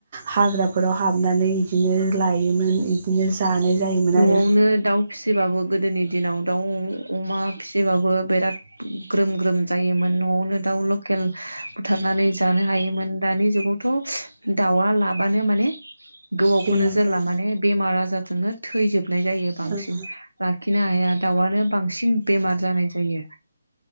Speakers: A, on the right (about 40°); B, on the right (about 85°).
A: हाग्राफोराव हाबनानै बिदिनो लायोमोन बिदिनो जानाय जायोमोन
B: न'आवनो
A: आरो
B: दाउ फिसिबाबो गोदोनि दिनाव दाउ अमा फिसिबाबो बिराद ग्रोम ग्रोम जायोमोन न'आवनो दाउ लकेल बुथारनानै जानो हायोमोन दानि जुगावथ'‌ दाउ आ लाबानो माने गोबावखौनो
A: बेमारजों
B: जोरला माने बेमार आजार जोङो थैजोब नाय जायो बांसिन
A: ओं
B: लाखिनो हाया। दाउ आनो बांसिन बेमार जानाय जायो।